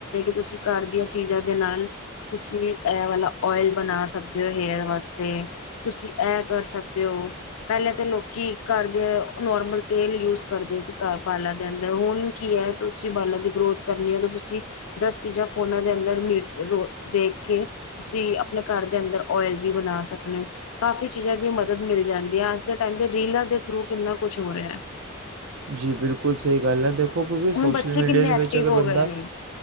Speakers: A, on the left; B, on the right.
A: ਤੁਸੀਂ ਘਰ ਦੀਆਂ ਚੀਜ਼ਾਂ ਦੇ ਨਾਲ ਤੁਸੀਂ ਇਹ ਵਾਲਾ ਓਇਲ ਬਣਾ ਸਕਦੇ ਹੋ ਹੇਅਰ ਵਾਸਤੇ ਤੁਸੀਂ ਇਹ ਕਰ ਸਕਦੇ ਹੋ ਪਹਿਲੇਾਂ ਤੇ ਲੋਕੀ ਘਰ ਦੇ ਨੋਰਮਲ ਤੇਲ ਯੂਜ ਕਰਦੇ ਸੀ ਘ ਬਾਲਰ ਦੇ ਅੰਦਰ ਹੁਣ ਕੀ ਹੈ ਤੁਸੀਂ ਬਾਲਰ ਦੀ ਗਰੋਥ ਕਰਨੀ ਤੁਸੀਂ ਦਸ ਚੀਜ਼ਾਂ ਫੋਨਾ ਦੇ ਅੰਦਰ ਮ ਦੇਖ ਕੇ ਤੁਸੀ ਆਪਣੇ ਘਰ ਦੇ ਅੰਦਰ ਓਇਲ ਵੀ ਬਣਾ ਸਕਦੇ ਕਾਫੀ ਚੀਜ਼ਾਂ ਦੀ ਮਦਦ ਮਿਲ ਜਾਂਦੀ ਹੈ ਅਜ ਦੇਮ ਰੀਲਾਂ ਦੇ ਥਰੂ ਕਿੰਨਾ ਕੁਛ ਹੋ ਰਿਹਾ ਹੈ
B: ਜੀ ਬਿਲਕੁਲ ਸਹੀ ਗੱਲ ਹੈ ਦੇਖੋ ਦੇਖੋ ਕਿਉਂਕਿ
A: ਹੁਣ
B: ਸੋਸ਼ਲ
A: ਬੱਚੇ
B: ਮੀਡੀਆ
A: ਕਿੰਨੇ
B: ਦੇ
A: ਐਕਟਿਵ
B: ਵਿੱਚ ਅਗਰ
A: ਹੋ
B: ਬੰਦਾ
A: ਗਏ ਨੇ